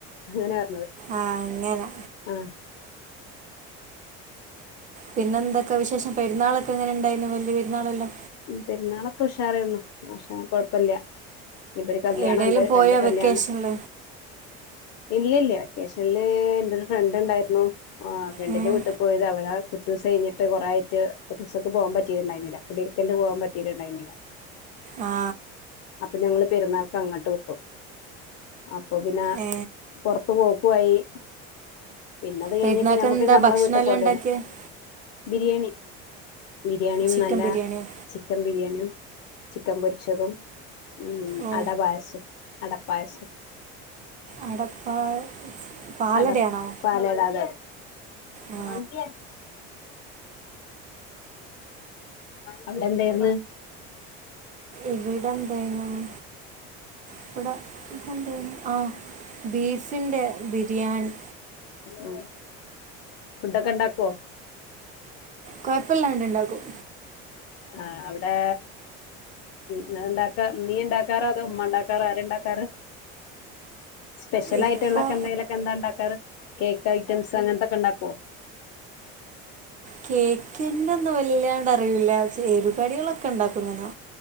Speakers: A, on the left (about 55°); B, on the right (about 25°).
A: അങ്ങനെ പറഞ്ഞത്
B: ആ അങ്ങനെ
A: ആ
B: പിന്നെ എന്തൊക്കെ വിശേഷം പെരുന്നാളൊക്കെ എങ്ങനെ ഉണ്ടായിരുന്നു വലിയ പെരുന്നാളല്ലോ
A: പെരുന്നാളൊക്കെ ഉഷാറന്നുന്നു ഉഷാ കൊഴപ്പില്ല ഇപ്പൊ ഒരു കല്യാണം
B: എവിടെയെങ്കിലും
A: ഉണ്ട്
B: പോയോ
A: രണ്ട് കല്യാണം
B: വെക്കേഷനിൽ
A: ഇല്ല ഇല്ല വെക്കേഷനില് എന്റെ ഒരു ഫ്രണ്ട് ഉണ്ടായിരുന്നു ആ ഫ്രണ്ടിന്റെ
B: ഉം.
A: വീട്ടിൽ പോയത് അവടെ കുറ്റ ദൂസ കഴിഞ്ഞിട്ട് കുറ ആട്ട് കുറ്റ ദൂസക്ക് പോൻ പറ്റിയിരുന്നു <unintelligible> പോവാൻ പറ്റിട്ടുണ്ടായിരുന്നില്ല
B: ആ
A: അപ്പം ഞങ്ങള് പെരുന്നാൾക്കങ്ങട്ട് കിട്ടും അപ്പൊ പിന്നെ
B: ഏ
A: പൊറത്ത് പോ വയ്യി പിന്നത് കഴിഞ്ഞിട്ട്
B: പെരുന്നാൾക്ക്
A: ഞമ്മക്ക്
B: എന്താ
A: ഞമ്മളെ
B: ഭക്ഷണമെല്ലാം
A: വീട്ടി പോണ്ടല്ലോ
B: ഉണ്ടാക്കിയത്
A: ബിരിയണി ബിരിയാണിയും
B: ചിക്കൻ
A: നല്ല
B: ബിരിയാണിയോ
A: ചിക്കൻ ബിരിയാണിയും ചിക്കൻ പൊരിച്ചതും മ്മ്
B: ഓ
A: അട പായസും അടപ്പായസം
B: അടപ്പാ പാലടയാണോ
A: അട പാലട അത് തന്നെ
B: ആ
A: <unintelligible> അവിടെന്തായിരന്ന്
B: ഇവിടെന്തായിരന്ന് <unintelligible> ആ ബീഫിൻ്റെ ബിരിയാണി
A: ഉം ഫുഡൊക്കെ ഇണ്ടാക്കുവോ
B: കൊ കൊഴപ്പല്ലാണ്ടിണ്ടാക്കും
A: ആ അവിടെ നിങ്ങള് ഇണ്ടാക്കാ നീ ഇണ്ടാക്കാറോ അതോ ഉമ്മ ഇണ്ടാക്കാറോ ആരണ്ടാക്കാറ് സ്പെഷ്യലായിട്ടുള്ളക്കെ
B: ഇപ്പോൾ
A: എന്തേലുമൊക്കെ എന്താ ഇണ്ടാക്കാറ് കേക്ക് ഐറ്റംസ് അങ്ങനത്തക്കെ ഇണ്ടാക്കോ
B: കേ <unintelligible> വല്ലാണ്ട് അറിവില്ല പക്ഷേ എരിവ് കടികളൊക്കെയുണ്ടാകും ഇങ്ങന